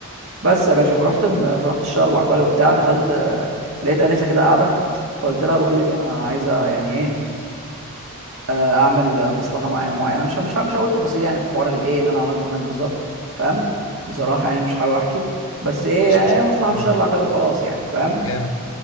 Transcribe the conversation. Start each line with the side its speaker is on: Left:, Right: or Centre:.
Right: بس يا باشا فرحت م... فرحت الشهر العقاري وبتاع دخلت آه، لقيت انسه كده قاعده فقلت لها بقول لك انا عايزه يعني ايه آه، اعمل آه، مصلحه معينه معينه مش ه- مش ه- مش هقول تفاصيل يعني في حوار الايه اللي انا عملته هناك بالظبط فاهم بصراحه يعني مش حابب احكي بس ايه
Left: مش
Right: يعني
Left: مشكله
Right: مصلحه
Left: مم.
Right: في الشهر العقاري وخلاص يعني فاهم
Left: جامد